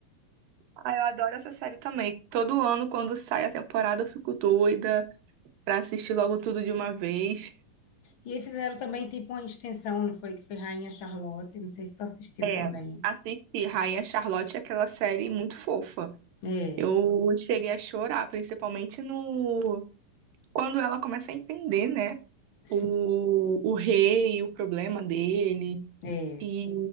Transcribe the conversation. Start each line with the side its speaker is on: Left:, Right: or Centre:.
Right: Ah, eu adoro essa série também. Todo ano, quando sai a temporada, eu fico doida pra assistir logo tudo de uma vez.
Left: E aí fizeram também, tipo, uma extensão, não foi? Que foi Rainha Charlotte. Não sei se tu assistiu
Right: É,
Left: também.
Right: assisti Rainha Charlotte, é aquela série muito fofa.
Left: É,
Right: Eu cheguei a chorar, principalmente no quando ela começa a entender, né,
Left: sim,
Right: o, o rei, o problema dele,
Left: é.
Right: e